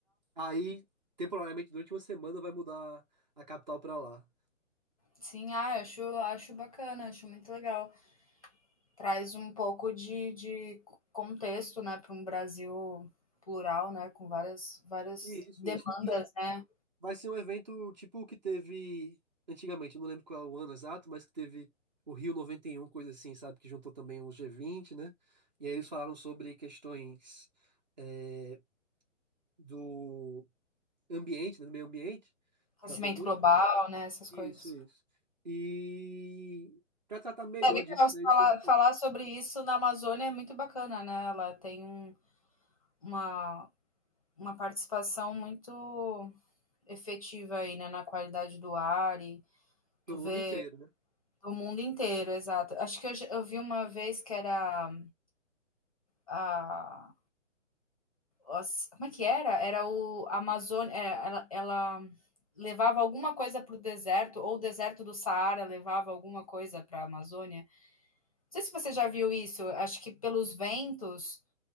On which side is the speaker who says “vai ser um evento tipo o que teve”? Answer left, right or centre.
Right